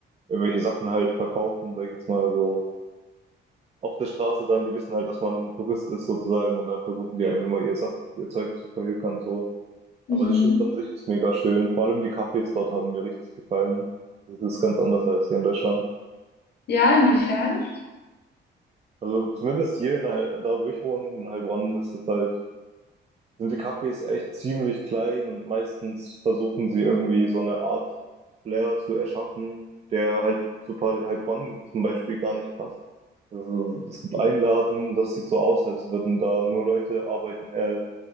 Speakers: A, on the right; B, on the left.
A: irgendwelche Sachen halt verkaufen, sag ich jetzt mal so. Auf der Straße dann, die wissen halt, dass man Tourist ist sozusagen und dann versuchen die einem immer ihr, Sach ihr Zeug zu verhökern so.
B: Mhm.
A: Aber die Stadt an sich ist mega schön. Vor allem die Cafés dort haben mir richtig gefallen. Das ist ganz anders als hier in Deutschland.
B: Ja, inwiefern?
A: Also zumindest hier in Heil- da, wo ich wohne, in Heilbronn, ist es halt, sind die Cafés echt ziemlich klein und meistens versuchen sie irgendwie so eine Art Flair zu erschaffen, der halt zu Pa- Heilbronn zum Beispiel gar nicht passt. Also, es gibt einen Laden, das sieht so aus, als würden da nur Leute arbeiten, äh,